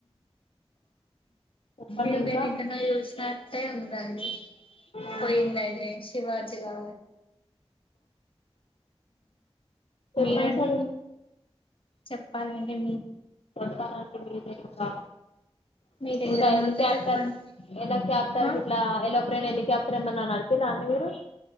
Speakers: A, on the left; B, on the left.
A: చెప్పండి
B: ఏగానా
A: ఇంకా
B: కన్నా జన్నారు ట్టాయి ఉంది రాి
A: అవునా
B: పోయింద ఇలే శివాజీగా
A: చెప్పండి
B: మీ రండి
A: సార్
B: చెప్పాలండి
A: కొడతాలండి మీదే ఇంకా
B: మీరు
A: ఇంకా
B: ఏదైనా
A: ఏది
B: ఉంటే
A: క్యాప్టర్
B: చెప్పండి
A: ఎలా క్యాప్టర్
B: ఆ
A: ఇట్లా ఎలా ఒక్రైన్ ఎళ్ళ క్యాప్టర్ ఏమన్నా నడిపిరా అండి మీరు